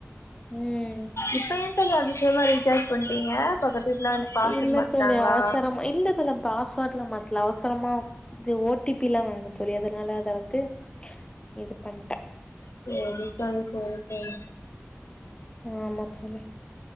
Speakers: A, on the left; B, on the left.
A: ம்
B: இப்ப என் ப என்ன அதிசயமா ரீசார்ஜ் பண்ட்டீங்க பக்கத்து வீட்ல பாஸ்வேட்
A: இல்ல
B: மாத்ட்டாங்களா
A: தோழி அவசரமா இல்ல தோழி பாஸ்வோட்லா மாத்தல அவசரமா இது ஓ டி பி ல்லா வேணு தோழி அதுனால அத வந்து இது பண்ட்டே
B: சேரி தோழி சேரி தோழி
A: ஆமா தோழி